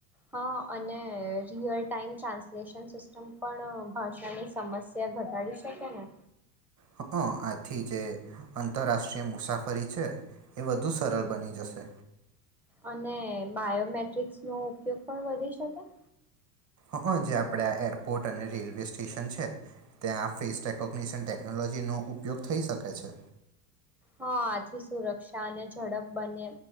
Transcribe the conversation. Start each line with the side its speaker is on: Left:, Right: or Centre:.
Centre: હા અને રિયલ ટાઈમ ટ્રાન્સલેશન સિસ્ટમ પણ ભાષાની સમસ્યા ઘટાડી શકે ને.
Right: હ આથી જે આંતરરાષ્ટ્રીય મુસાફરી છે એ વધુ સરળ બની જશે.
Centre: અને બાયોમેટ્રિક્સ નો ઉપયોગ પણ વધી શકે.
Right: હં જે આપણે આ એરપોર્ટ અને રેલવે સ્ટેશન છે ત્યાં ફેસ રેકોગ્નિઝન ટેકનોલોજીનો ઉપયોગ થઈ શકે છે.
Centre: હા આથી સુરક્ષા અને ઝડપ બને